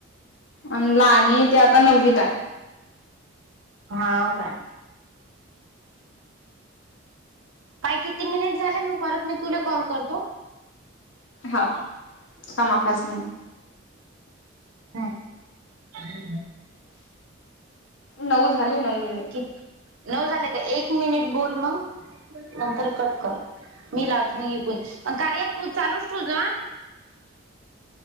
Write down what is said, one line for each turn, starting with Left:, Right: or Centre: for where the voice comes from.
Left: आणि लानाय ती आता नववीताय
Right: हाव काय काय किती मिनिट झाले म्हण परत मी तुला कॉल करतो
Left: हा थामा पाच मिनिट
Right: <unintelligible>
Left: नऊ झाले नऊ मिनिट
Right: एक नऊ झाले का एक मिनिट बोल मग नंतर कट कर मी लावतो नाही इिकून कार्य चालूच ठो जा
Left: <inaudible>